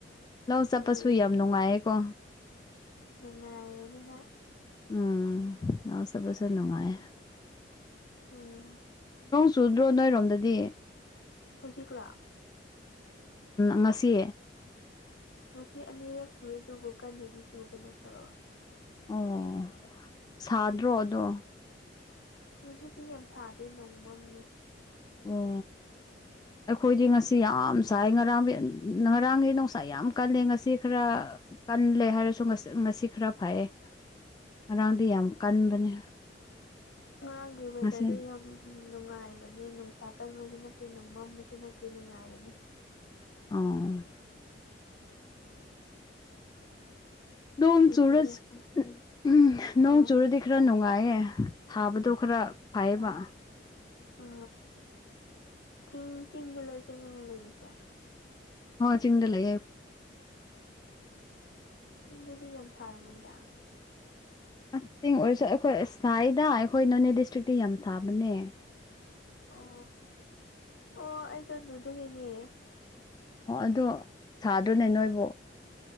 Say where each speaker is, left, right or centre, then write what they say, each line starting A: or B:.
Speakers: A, on the left (about 20°); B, on the left (about 75°).
A: ꯂꯧ ꯆꯠꯄꯁꯨ
B: ꯆꯠꯂꯤ
A: ꯌꯥꯝ ꯅꯨꯡꯉꯥꯏꯌꯦꯀꯣ
B: ꯅꯨꯡꯉꯥꯏꯕꯅꯤ ꯍꯣꯏ
A: ꯎꯝ ꯁꯁ ꯅꯨꯡꯉꯥꯏ
B: ꯎꯝ
A: ꯆꯨꯗ꯭ꯔꯣ ꯅꯣꯏꯔꯣꯝꯗꯗꯤ
B: ꯍꯧꯖꯤꯛꯂꯥ
A: ꯉꯁꯤ
B: ꯉꯁꯤ ꯑꯅꯤꯔꯛ ꯆꯨꯏꯦ ꯑꯗꯨꯕꯨ ꯀꯟꯅꯗꯤ ꯆꯨꯕ ꯅꯠꯇꯕ
A: ꯑꯣ ꯁꯥꯗ꯭ꯔꯣ ꯑꯗꯣ
B: ꯉꯁꯤꯗꯤ ꯌꯥꯝꯁꯥꯗꯤꯦ ꯅꯣꯡꯃꯝꯃꯤ
A: ꯑꯣ ꯑꯩꯈꯣꯏꯗꯤ
B: ꯅꯣꯏꯗꯤ
A: ꯉꯁꯤ ꯌꯥꯝ ꯅꯨꯡꯁꯥ ꯉꯔꯥꯡꯒꯤ ꯉꯔꯥꯡꯒꯤ ꯅꯨꯡꯁꯥ ꯌꯥꯝ ꯀꯜꯂꯦ ꯉꯁꯤ ꯈꯔ ꯀꯜꯂꯦ ꯍꯥꯏꯔꯁꯨ ꯉꯁꯤ ꯉꯁꯤ ꯈꯔ ꯐꯌꯦ ꯉꯔꯥꯡꯗꯤ ꯌꯥꯝ ꯀꯟꯕꯅꯦ
B: ꯃꯥ ꯏ ꯑꯣꯏꯣꯏꯗ
A: ꯉꯁꯤ
B: ꯑꯗꯨ ꯌꯥꯝ ꯎꯝ ꯅꯨꯡꯉꯥꯏꯕꯅꯦ ꯅꯨꯡꯁꯥ ꯀꯟꯕꯁꯨ ꯅꯠꯇꯦ ꯅꯨꯡ ꯃꯝꯕꯁꯨ ꯅꯠꯇꯦ ꯅꯨꯡꯉꯥꯏꯕꯅꯤ
A: ꯑꯥ ꯗꯣꯝ
B: ꯉꯁꯤꯅꯦ
A: ꯆꯨꯨꯔꯁ ꯎꯝ ꯅꯣꯡ
B: ꯑꯥ
A: ꯆꯨꯔꯗꯤ ꯈꯔ ꯅꯨꯡꯉꯥꯏꯌꯦ ꯊꯥꯕꯗꯣ ꯈꯔ ꯐꯩꯕ
B: ꯑ ꯆꯤꯡ ꯆꯤꯡꯒꯤ ꯂꯩꯁꯦꯅ ꯑꯃꯨꯛ ꯂꯩꯔꯤꯁꯦ
A: ꯍꯣꯏ ꯆꯤꯡꯗ ꯂꯒ ꯌꯥ
B: ꯆꯤꯡꯗꯨꯗꯤ ꯌꯥꯝ ꯁꯥꯔꯝꯃꯣꯏꯗ ꯍꯣ ꯋꯥ
A: ꯑꯦꯡ ꯑꯣꯏꯔꯁꯨ ꯑꯩꯈꯣꯏ ꯁ꯭ꯋꯥꯥꯏꯗ ꯑꯩꯈꯣꯏ ꯅꯣꯅꯦ ꯗꯤꯁꯇ꯭ꯔꯤꯛꯇ ꯌꯥꯝ ꯁꯥꯕꯅꯦ
B: ꯑꯣ ꯑꯣ ꯑꯩ ꯆꯣꯟ ꯑꯗꯨꯗꯒꯤꯅꯦ
A: ꯑꯣ ꯑꯗꯨꯗ ꯁꯥꯗ꯭ꯔꯅꯦ ꯅꯣꯏꯕꯨ